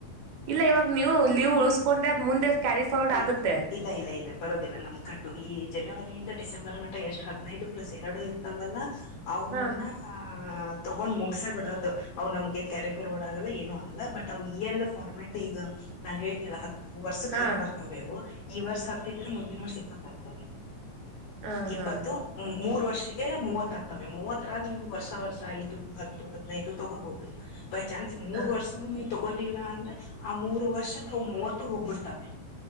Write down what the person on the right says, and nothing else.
ಇಲ್ಲ ಇವಾಗ ನೀವು ಲೀವ್ ಉಳಸ್ಕೊಂಡ್ರೆ ಅದ್ ಮುಂದೆ. ಕ್ಯಾರಿ ಫಾರ್ವರ್ಡ್
ಆಗುತ್ತೆ
ಹಾ
ಹಾ
ಹಾ
ಹಾ
ಹಾ